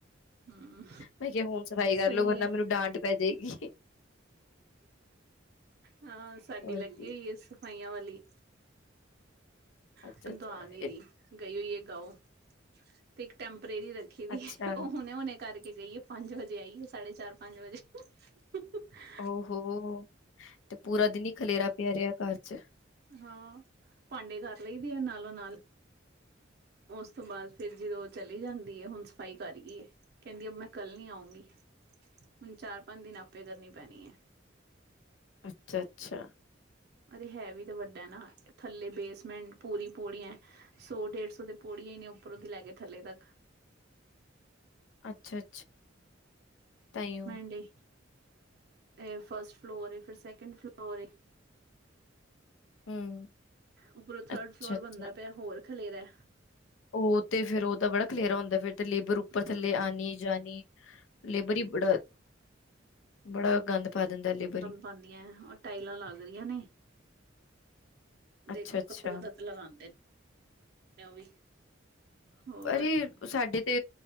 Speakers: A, on the right; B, on the left.
A: ਹੂੰ
B: ਮੈਂ ਕਿਹਾ ਹੋੁਣ ਸਫ਼ਾਈ ਕਰ
A: ਸਹੀ
B: ਲੋ ਵਰਨਾ
A: ਹੈ
B: ਮੈਨੂੰ ਡਾਂਟ ਪੈ ਜਾਏਗੀ।
A: ਹਾਂ ਸਾਡੀ
B: ਹੋਰ
A: ਲੱਗੀ
B: ਕੀ
A: ਹੋਈ ਹੈ, ਸਫਾਈਆਂ ਵਾਲੀ।
B: ਅੱਛਾ-ਅੱਛਾ,
A: ਹੁਣ ਤੋਂ ਆ ਨਹੀਂ
B: ਇ
A: ਹੀ ਰਹੀ ਗਈ ਹੋਈਏ ਗਾਓ ਤੇ ਇੱਕ ਟੈਂਪਰੇਰੀ ਰ ਖੇਵੀ
B: ਅੱਛਾ,
A: ਉਹ ਹੁਣੇ, ਹੁਣੇ ਕਰਕੇ ਗਈਏ ਪੰਜ ਵਜੇ ਆਈਏ ਸਾਢੇ ਚਾਰ, ਪੰਜ ਵਜੇ ਹ ਹ
B: ਔ ਹੋ ਤੇ ਪੂਰਾ ਦਿਨ ਹੀ ਖਲੇਰਾ ਪਿਆ ਰਿਹਾ ਘਰ ਚ।
A: ਹਾਂ ਭਾਂਡੇ ਕਰ ਲਈਦੇ ਆ ਨਾਲੋਂ- ਨਾਲ ਉਸ ਤੋਂ ਬਾਅਦ ਫਿਰ ਜਦੋਂ ਚਲੀ ਜਾਂਦੀ ਹੈ ਹੁਣ ਸਫ਼ਾਈ ਕਰ ਗਈ ਏ। ਕਹਿੰਦੀ ਅ ਮੈਂ ਕੱਲ ਨੀ ਆਊਂਗੀ, ਹੁਣ ਚਾਰ, ਪੰਜ ਦਿਨ ਆਪੇ ਕਰਨੀ ਪੈਣੀ ਹੈ।
B: ਅੱਛਾ ਅੱਛਾ
A: ਅਰੇ ਹੈ ਵੀ ਤਾਂ ਵੱਡਾ ਨਾ ਥੱਲੇ ਬੇਸਮੈਂਟ ਪੂਰੀ ਪੌੜੀਯ ਸੌ ਡੇਢ ਸੌ ਤੇ ਪੌੜੀਆਂ ਹੀ ਨੇ ਉੱਪਰੋਂਦੀ ਲੈ ਕੇ ਥੱਲੇ ਤੱਕ।
B: ਅੱਛਾ ਅੱਛਾ ਤਾਈਓ
A: <unintelligible> ੇਨਹੀਂ ਇਹ ਫਸਟ ਫਲੋਰ ਏ, ਫਿਰ ਸੈਕਿੰਡ ਫਲੋਰ ਏ।
B: ਹੂੰ,
A: ਉਪਰੋਂ ਥਰਡ
B: ਅੱਛਾ-ਅੱਛਾ।
A: ਫਲੋਰ ਬੰਦਾ ਪਿਆ ਹੋਰ ਖਲੇਰਾ
B: ਉਹ ਤੇ ਫੇਰ ਉਹ ਤਾਂ ਬੜਾ ਖਲੇਰਾ ਹੁੰਦਾ ਫਿਰ ਤੇ ਲੇਬਰ ਉੱਪਰ ਥੱਲੇ
A: ਹੂੰ,
B: ਆਣੀ ਜਾਣੀ ਲੇਬਰ ਹੀ ਬੜਾ ਬੜਾ ਗੰਦ ਪਾ ਦਿੰਦਾ ਲੇਬਰੀ।
A: ਪਾਉਂਦੀਆਂ ਉਹ ਟਾਇਲਾਂ ਲੱਗ ਰਹੀਆਂ ਨੇ
B: ਅੱਛਾ-ਅੱਛਾ।
A: ਦੇਖੋ ਕਦੋਂ ਤੱਕ ਲਗਾੰਦੇ ਨੇ। ਉਹ ਵੀ ਹੋਰ
B: ਅਰੇ ਸਾਡੇ ਤੇ